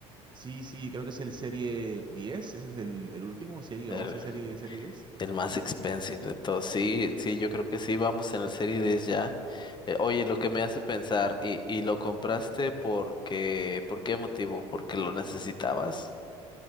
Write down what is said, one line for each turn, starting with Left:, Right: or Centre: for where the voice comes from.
Right: Sí, sí, creo que es el Serie 10. Ese es el, el último, Serie
Left: El,
Right: 11, Serie, Serie 10.
Left: el más expensive de todos. Sí, sí, yo creo que sí, vamos en el Serie 10 ya. Eh, oye, lo que me hace
Right: Sí.
Left: pensar, ¿y, y lo compraste porque, por qué motivo? ¿Porque lo necesitabas?